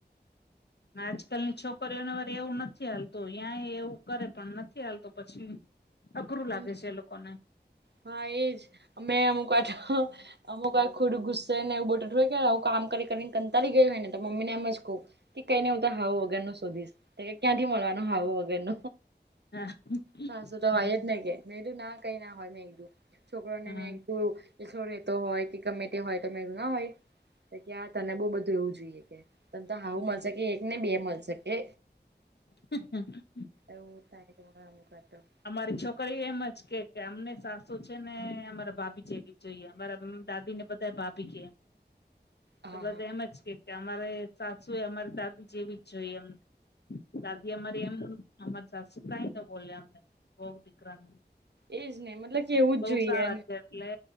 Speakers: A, on the left; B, on the right.
A: આજકાલની છોકરીઓને વાર એવું નથી હાલતું યાં એવું કરે પણ નથી હાલતો પછી. અઘરું
B: હમ
A: લાગે છે એ લોકોને.
B: હા એજ, મે અમુક વાર તો અમુકવાર ખોડુ ગુસે ને એવુ બોટ હોયને હું કામ કરી કરીને કંતાળી ગયો હોય ને તો મમ્મીનેમ જ કહું તે કઈને હું તો હાવું વગર નું શોધીશ ક્યાંથી મળવાનો હાવો વગર ન?
A: હા હમ
B: સાસું તો હોય જ ને કે મેં કીધ એવુ ના કઈ ના હોય મેં એકું. છોકરાને
A: હા
B: મેં એકું સો રેતો હોય કે ગમે તે હોય તો મે ના હોય તો ક્યાં તને બ બધું એવું જોઈએ કે ત તો આવું
A: હમ
B: મળશે કે એક ને બે મળશે કે
A: હ
B: એવું તારી તમામકતો.
A: અમારી છોકરી એમજ કે કે અમને સાસુ છે ને અમારા ભાભી છેવી જોઈએ મારા દાદી ને બતાય ભાભી કે.
B: હા
A: તો બધા
B: હા
A: એમ જ કે કે અમારે સાસુ એ અમારી દાદી જેવી જ જોઈએ અમને. દાદી અમારી એમ અમાર સાસુ કઈ તો બોલ અમને બહ દીકરા.
B: એજ ને મતલબ કે એવું
A: બઉ
B: જ જોઈએ
A: સારા છે એટલે